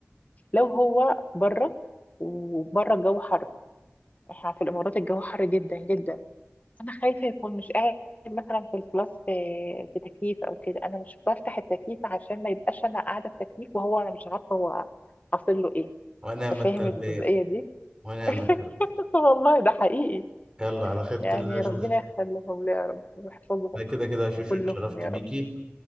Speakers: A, on the left; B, on the right.
A: لو هو بره وبره الجو حر احنا في الامارات الجو حر جدا جدا انا خايفه يكون مش قاعد مثلا في الكلاس في في تكييف او كده انا مش بفتح التكييف عشان ما يبقاش انا قاعده في تكييف وهو انا مش عارفه هو حاصل له ايه
B: ونعم
A: انت
B: التربيه
A: فاهم الجزئيه دي
B: ونعم
A: <laughs>
B: التربيه
A: والله ده حقيقي
B: يلا على خيرة
A: يعني
B: الله يا شوشو
A: ربنا يخليهم لي يا رب ويحفظهم
B: انا كده كده يا شوشو
A: كلهم
B: اتشرفت
A: يا
B: بيكي
A: رب